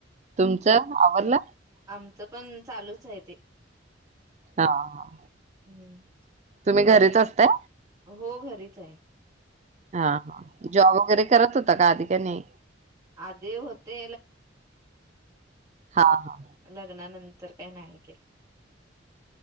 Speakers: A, on the right; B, on the right.
A: तुमचं आवरल?
B: आमचं पण चालूच आहे ते.
A: हा हा
B: हम्म,
A: तुम्ही
B: अ
A: घरीच असताय
B: हो घरीच आहे.
A: हा हा जॉब वगैरे करत होता का आधी? त्यांने
B: आधी होते
A: हा हा
B: लग्ना नन तर काय नाही के